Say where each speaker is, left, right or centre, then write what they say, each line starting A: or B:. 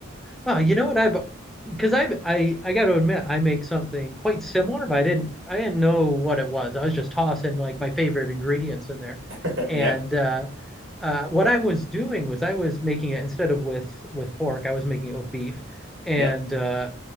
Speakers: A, in the centre; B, on the right.
A: Oh, you know what I've because I've I I got to admit I make something quite similar, but I didn't I didn't know what it was. I was just tossing like my favorite ingredients in there,
B: <laughs>
A: and
B: Yeah,
A: uh, uh, what I was doing was I was making it instead of with with pork, I was making it with beef, and
B: yeah.
A: uh,